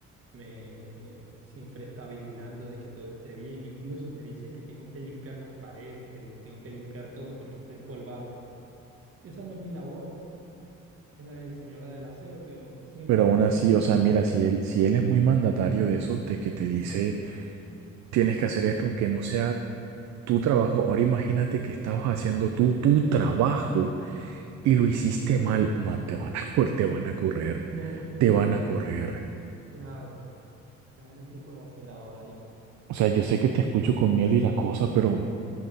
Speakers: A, on the right (about 50°); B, on the right (about 65°).
A: Me siempre está vigilando de que todo esté bien. Incluso me dice que tengo que limpiar las paredes, que le tengo que limpiar todo porque está empolvado. Esa no es mi labor, es la del señora del aseo, pero siempre,
B: Pero aún
A: siempre
B: así,
A: menciona.
B: o sea, mira, si él, si él es muy mandatario de eso, de que te dice... tienes que hacer esto aunque no sea tu trabajo. Ahora imagínate que estabas haciendo tú tu trabajo y lo hiciste mal, man, te van a, <laughs> cor- te van a correr,
A: No, eh,
B: te van
A: no,
B: a correr.
A: ¿qué hago? ¿Y ahora qué puedo hacer ahora ahí?
B: O sea, yo sé que te escucho con miedo y la cosa, pero man,